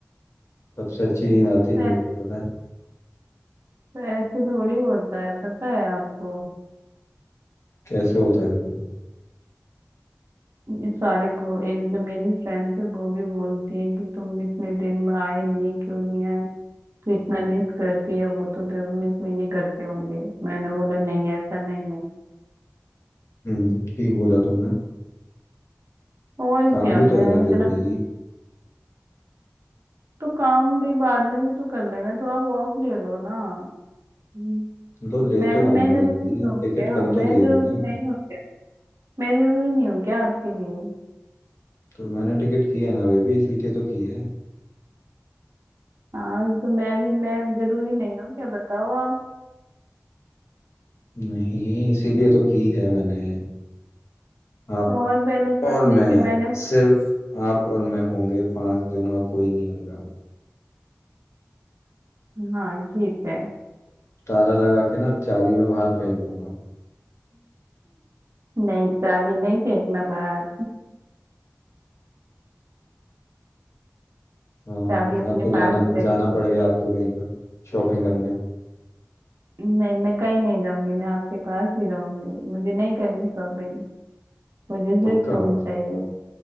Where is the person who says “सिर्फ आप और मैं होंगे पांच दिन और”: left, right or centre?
Left